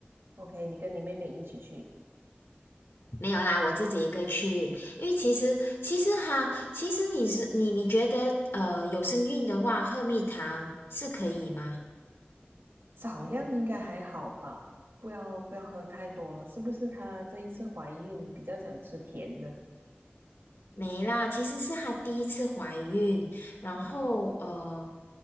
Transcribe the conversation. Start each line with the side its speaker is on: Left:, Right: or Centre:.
Right: ，OK，你跟你妹妹一起去。
Left: 没有啦，我自己一个去，因为其实其实哈，其实你是你你觉得呃有身孕的话，喝蜜糖是可以吗？
Right: 少量应该还好吧，不要不要喝太多了。是不是她这一次怀孕比较想吃甜的？
Left: 没啦，其实是她第一次怀孕，然后呃，
Right: 嗯